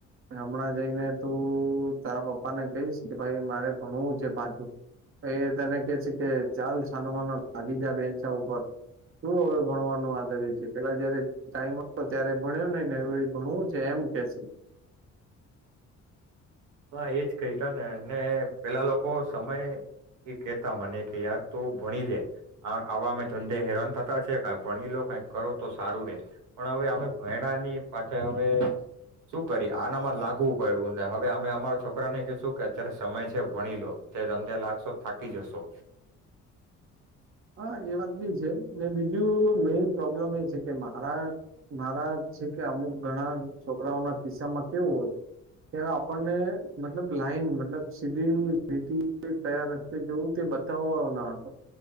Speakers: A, on the right; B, on the right.
A: હમણાં જઈને તું તારા પપ્પા ને કહીશ કે ભાઈ મારે ભણવું છે પાછું, એ તને કે છે કે ચાલ છાનો માનો લાગી જાય બેન્ચા ઉપર, તું હવે ભણવાનું આદર છે. પેલા જયારે ટાઈમ હતો ત્યારે ભણ્યો નઈને એ ભણવું છે એમ કેશે.
B: હા એજ ક ત ને ને પેલા લોકો સમય એ કેતા મને કે યાર ત ભણી લે, આવા અમે ધંધે હેરાન થતા છે ક ભણી લો કઈ કરો તો સારું રે, પણ હવે અમે ભણાની પાછા હવે શું કરી આનામાં જ લાગવું પ્યું ને હવે અમે. તમારા છોકરાને કશું કે અત્યારે સમય છે ભણી લો તે ધંધે લાગશો થાકી જશો.
A: હા એ વાત બી છે ને બીજું મેન પ્રોબ્લેમ એ છે કે મારા મારા છે કે અમુક ઘણા છોકરાઓના કિસ્સામાં કેવું હોય, કે આપણને મતલબ લાઈન મતલબ સીધી રી કયા રસ્તે જોવું તે બતાવવા વાળો ના હતો.